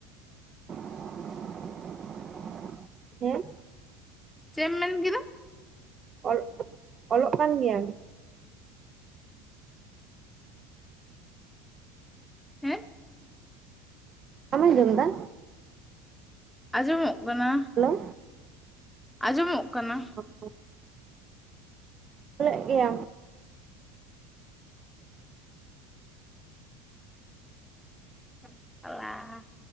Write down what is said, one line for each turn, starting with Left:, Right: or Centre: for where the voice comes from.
Right: <unintelligible> ᱦᱮᱸ
Centre: ᱪᱮᱫ ᱮᱢ ᱢᱮᱱ ᱠᱮᱫᱟ?
Right: ᱚᱞ ᱚᱞᱚᱜ ᱠᱟᱱ ᱜᱮᱭᱟᱢ
Centre: ᱦᱮᱸ
Right: ᱵᱟᱢ ᱡᱚᱢ ᱮᱫᱟ?
Centre: ᱟᱸᱡᱚᱢᱚᱜ ᱠᱟᱱᱟ
Right: ᱦᱮᱞᱳ
Centre: ᱟᱸᱡᱚᱢᱚᱜ ᱠᱟᱱᱟ
Right: <inaudible> ᱚᱞᱮᱫ ᱜᱮᱭᱟᱢ?
Centre: <unintelligible>